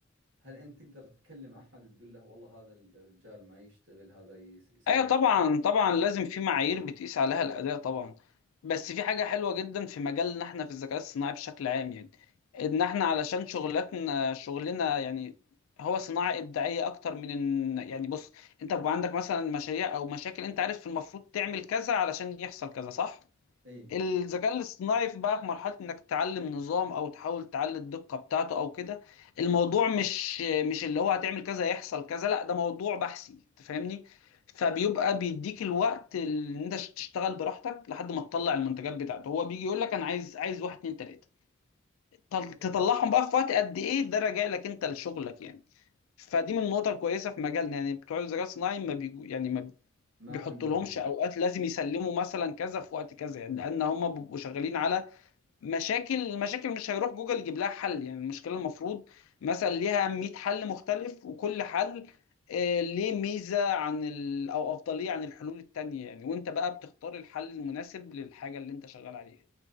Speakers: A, on the right; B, on the left.
A: هل أنت تقدر تكلم أحد تقول له والله هذا الرجال ما يشتغل هذا يس- يسوي
B: ايوه طبعا طبعا لازم في معايير بتقيس عليها الاداء طبعا بس في حاجه حلوه جدا في مجالنا احنا في الذكاء الصناعي بشكل عام يعني ان احنا علشان شغلتنا شغلنا يعني هو صناعه ابداعيه اكتر من ان يعني بص انت بيبقى عندك مثلا مشاريع او مشاكل انت عارف المفروض تعمل كذا علشان يحصل كذا صح
A: اي
B: الذكاء الاصطناعي في بقى في مرحلة انك تعلم نظام او تحاول تعلي الدقة بتاعته او كده الموضوع مش مش اللي هو هتعمل كذا يحصل كذا لا ده موضوع بحثي انت فاهمني فبيبقى بيديك الوقت اللي انت تشتغل براحتك لحد ما تطلع المنتجات بتاعته هو بيجي يقول لك انا عايز عايز واحد اتنين تلاتة تل- تطلعهم
A: اي
B: بقى في وقت قد ايه ده راجع لك انت لشغلك يعني فدي من النقط الكويسة في مجالنا يعني بتوع الذكاء الصناعي ما بيجو يعني ما
A: ما
B: بيحطوا
A: عندهم
B: لهمش اوقات لازم يسلموا مثلا كذا في وقت كذا يعني لان هم بيبقوا شغالين على مشاكل المشاكل مش هيروح جوجل يجيب لها حل يعني المشكله المفروض مثلا ليها 100 حل مختلف وكل حل آه، ليه ميزه عن ال... او افضليه عن الحلول التانيه يعني وانت بقى بتختار الحل المناسب للحاجه اللي انت شغال عليها